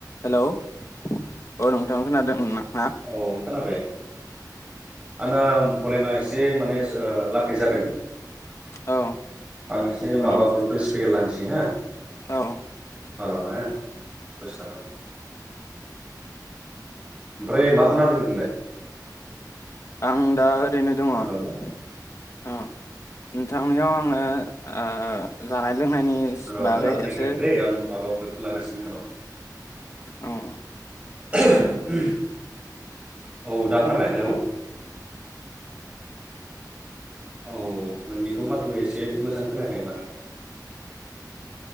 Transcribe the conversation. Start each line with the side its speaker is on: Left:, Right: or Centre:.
Left: Hello औ नोंथां खोनादों अनला
Right: औ खोनाबाय आंना प्रलेमा एसे जे माने ओ लाखै जादों
Left: औ
Right: आं एसे
Left: जेबो
Right: माबा
Left: नङा
Right: ब्लुथुथ स्पिकार लानोसै हो <unintelligible>
Left: औ
Right: दसे थाथ ओमफ्राय मा खालामना दोङो नोंलाय
Left: आं दा ओरैनो दङ ओ
Right: हेलौ
Left: नोंथांनियाव आङो ओ लोंनायनिस
Right: र'
Left: बागै
Right: खोनानो नागिराखै
Left: एसे
Right: दै आं माबा लागासिनो र'
Left: औ
Right: <unintelligible> औ दा खोनाबाय हेलौ औ नोंनिखौ माथो एसे मोजां खोनायाखै माने